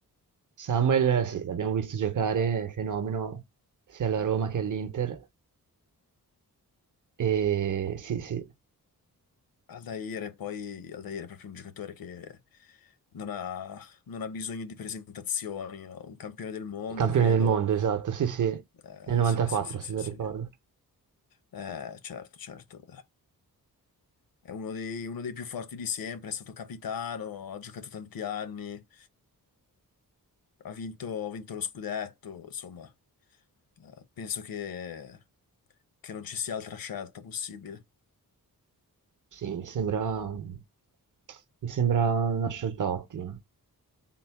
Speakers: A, on the right; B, on the left.
A: Samuel, sì, l'abbiamo visto giocare, è fenomeno, sia alla Roma che all'Inter. E sì, sì.
B: Aldair è poi Aldair è proprio un giocatore che non ha, non ha bisogno di presentazioni, no? Un campione del mondo,
A: Campione
B: credo.
A: del mondo, esatto, sì, sì,
B: Eh,
A: nel 94
B: sì, sì, sì,
A: se
B: sì,
A: non
B: sì.
A: ricordo.
B: Eh, certo, certo. È uno dei, uno dei più forti di sempre, è stato capitano, ha giocato tanti anni, eh, ha vinto, ha vinto lo scudetto, insomma, eh, penso che, che non ci sia altra scelta possibile.
A: Sì, mi sembra, mi sembra una scelta ottima.